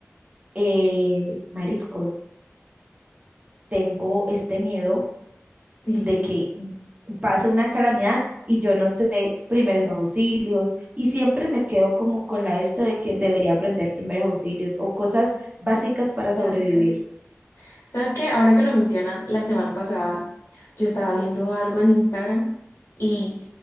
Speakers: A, on the right; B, on the left.
A: eh, mariscos, tengo este miedo
B: sí,
A: de que pase una calamidad y yo no sé primeros auxilios y siempre me quedo como con la este de que debería aprender primeros auxilios o cosas básicas para sobrevivir.
B: básicas. ¿Sabes qué? Ahora que lo mencionas, la semana pasada yo estaba viendo algo en Instagram y,